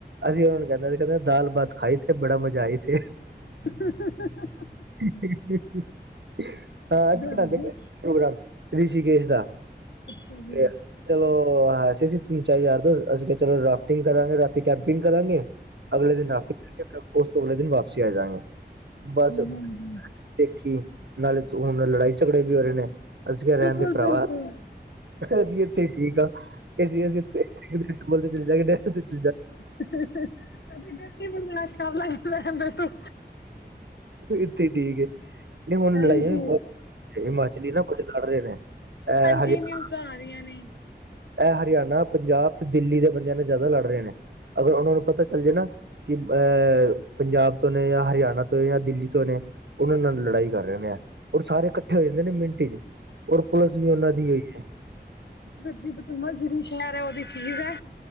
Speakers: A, on the right; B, on the left.
A: ਅਸੀ ਓਨਾਂ ਨੂੰ ਕੈਨੇ ਆ, ਦੇਖੋ ਦਾਲ ਭਾਤ ਖਾਈ ਥੇ ਬੜਾ ਮਜ਼ਾ ਆਈਥੇ।
B: <unintelligible>
A: <unintelligible> ਹਾਂ
B: ਜੀ
A: ਅਸੀ ਬਣਾਂਦੇ ਪੇਆ ਪ੍ਰੋਗਰਾਮ, ਰਿਸ਼ੀਕੇਸ਼ ਦਾ
B: ਹਾਂਜੀ
A: ਤੇ ਹਾਂ, ਹੈ ਸੀ ਅਸੀ ਤੀਨ-ਚਾਰ ਯਾਰ ਦੋਸਤ, ਅਸੀ ਕੇਆ ਚਲੋ ਰਾਫਟਿੰਗ ਕਰਾਂਗੇ ਰਾਤੀ ਕੈਂਪਿੰਗ ਕਰਾਂਗੇ ਅਗਲੇ ਦਿਨ ਰਾਫਕੇ ਓਸ ਤੋਂ ਅਗਲੇ ਦਿਨ ਵਾਪਸੀ ਆ ਜਾਂਗਾ ਬਾਸ
B: ਹਾਂਜੀ
A: ਦੇਖੀ, ਨਾਲੇ਼ ਹੁਣ ਲੜਾਈ ਝਗੜੇ ਵੀ ਹੋ ਰੇ ਨੇ, ਅਸੀ ਕੇਆ ਰੈਣਦੇ
B: ਬਿਲਕੁਲ
A: ਭਰਾ
B: ਬਿਲਕੁਲ
A: ਅਸੀ ਏਥੇ ਈ ਠੀਕ ਆ, ਅਸੀ-ਅਸੀ ਤੇ 'ਚ <unintelligible>
B: ਅਸੀ ਗਰਮੀ ਬਰਦਾਸ਼ਤ ਕਰ ਲਾਂਗੇ, ਰੈਣ ਦੇ ਤੂੰ
A: ਏਥੇ ਈ ਠੀਕ ਏ। ਨਹੀ ਹੁਣ
B: ਹਾਂਜੀ
A: ਲੜਾਈਆਂ ਵੀ ਬਹੁਤ ਹਿਮਾਚਲੀ ਨਾ ਲੜ ਰਹੇ ਨੇ
B: ਹਾਂਜੀ
A: ਹਰਿਆਣਾ
B: ਨਿਊਜ਼ਾਂ ਆ ਰਹੀਆਂ ਨਹੀ-
A: ਇਹ ਹਰਿਆਣਾ ਪੰਜਾਬ ਤੇ ਦਿੱਲੀ ਦੇ ਬੰਦਿਆਂ ਨਾਲ ਜਿਆਦਾ ਲੜ ਰਹੇ ਨੇ ਅਗਰ ਉਹਨਾਂ ਨੂੰ ਪਤਾ ਚੱਲ ਜਾਏ ਨਾ ਕਿ ਅਹ ਪੰਜਾਬ ਤੋ ਨੇ ਜਾਂ ਹਰਿਆਣਾ ਤੋ ਜਾਂ ਦਿੱਲੀ ਤੋ ਨੇ ਉਹਨਾਂ ਨਾਲ ਲੜਾਈ ਕਰ ਰਹੇ ਨੇ ਔਰ ਸਾਰੇ ਇਕਠੇ ਹੋ ਜਾਦੇ ਨੇ ਮਿੰਟ 'ਚ ਔਰ ਪੁਲਿਸ ਵੀ ਉਹਨਾਂ ਦੀ ਹੋਈ ਹੈ।
B: ਦੂਜੀ ਤਮਾਜਰੀ ਸ਼ਹਿਰ ਉਹਦੀ ਚੀਜ ਹੈ।